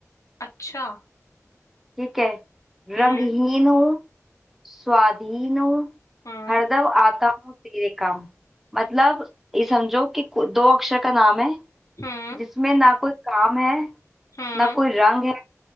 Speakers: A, on the left; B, in the centre.
A: अच्छा
B: ठीक है
A: हम्म
B: रंगहीन हूँ स्वाधीन हूँ
A: हम्म
B: हरदम आता हूँ तेरे काम मतलब ये समझो कि कु- दो अक्षर का नाम है
A: हम्म
B: जिसमें ना कोई काम है
A: हम्म
B: ना कोई रंग है